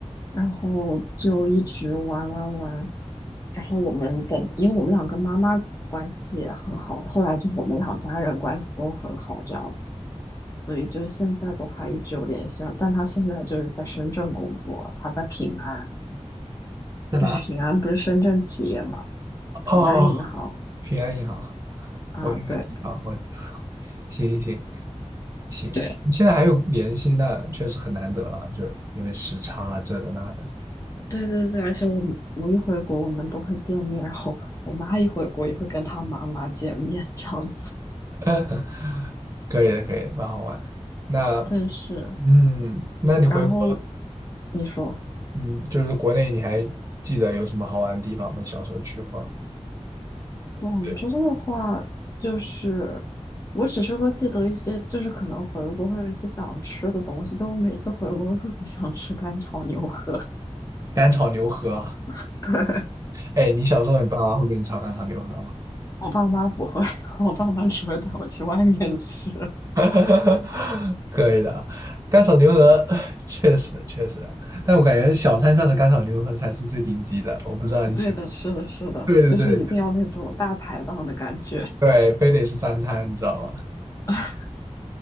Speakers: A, on the left (about 30°); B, on the right (about 30°).
A: 然后就一直玩玩玩，然后我们的，因为我们两个妈妈关系也很好，后来就我们两家人关系都很好，这样子，所以就现在都还一直有联系上但他现在就是在深圳工作了，他在平安，
B: 在哪？
A: 就是平安不是深圳企业嘛，
B: 哦哦，
A: 平安银行
B: 哦平安银行，
A: 啊，
B: 我有一个地方，
A: 对
B: 我 <laughs> 操，行行行，
A: 对
B: 你现在还有联系，那确实很难得了，就是因为时差啊这的那的。
A: 对对对，而且我们我一回国我们都会见面，然后我妈一回国也会跟她妈妈见面，这样子，
B: <laughs> 可以的，可以的蛮好玩的。那，
A: 但是
B: 嗯，那你回国，
A: 然后你说。
B: 嗯，就是国内，你还记得有什么好玩的地方吗？小时候去过？
A: 广州的话，
B: 对，
A: 就是我只是会记得一些，就是可能回国会有一些想吃的东西，就我每次回国都特别想吃干炒牛河。
B: 干炒牛河啊。
A: <laughs> 对，
B: 哎，你小时候你爸妈会给你炒干炒牛河吗？
A: 我爸妈不会，<laughs> 我爸妈只会带我去外面吃。
B: <laughs> 可以的，干炒牛河 <sighs> 确实确实，但我感觉小摊上的干炒牛河才是最顶级的。我不知道你喜欢，
A: <laughs> 对的，是的，是的，
B: <laughs> 对对对
A: 就是一定要那种大排档的感觉。
B: 对，非得是脏摊，你知道吗？
A: <laughs>